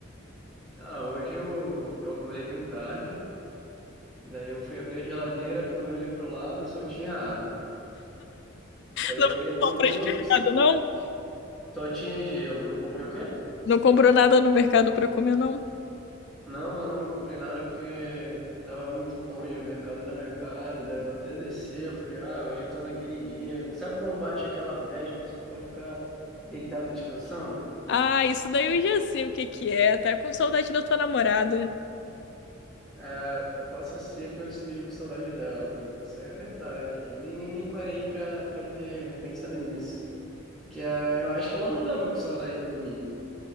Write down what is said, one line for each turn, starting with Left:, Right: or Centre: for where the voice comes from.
Centre: Ah, hoje eu, eu acordei bem tarde, daí eu fui abrir a geladeira, quando eu olhei pro lado só tinha água. Daí eu
Left: Não
Centre: olhei
Left: fez
Centre: pro
Left: compras
Centre: outro,
Left: de mercado, não?
Centre: só tinha gelo. Não comprei o quê?
Left: Não comprou nada no mercado pra comer, não?
Centre: Não, não, não comprei nada porque tava muito longe o mercado da minha casa. Daí eu até descer, eu falei, ah, hoje eu tô naquele dia. Sabe quando bate aquela bad que tu só quer ficar deitado e descansando?
Left: Ah, isso daí eu já sei o que que é. Tá com saudade da tua namorada.
Centre: É, possa ser que eu esteja com saudade dela. Isso é verdade. Nem, nem, nem parei pra, pra ter pensado nisso. Que ah, eu acho que ela não tava com saudade de mim.